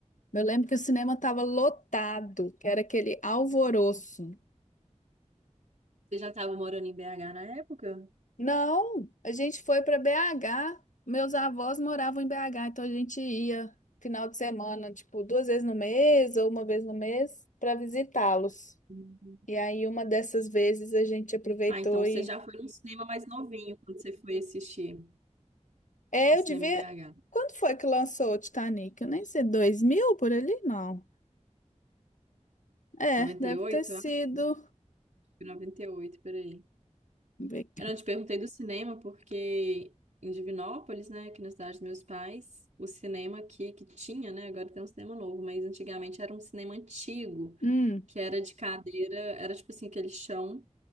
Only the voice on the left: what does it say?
Eu lembro que o cinema estava lotado, que era aquele alvoroço.
Não, a gente foi para BH. Meus avós moravam em BH, então a gente ia final de semana, tipo, duas vezes no mês ou uma vez no mês para visitá-los.
E aí uma dessas vezes a gente aproveitou
e
é,
eu devia
Quando foi que lançou o Titanic? Eu nem sei, 2000 por ali? Não. É,
deve ter sido.
Deixa eu ver aqui.
Hum,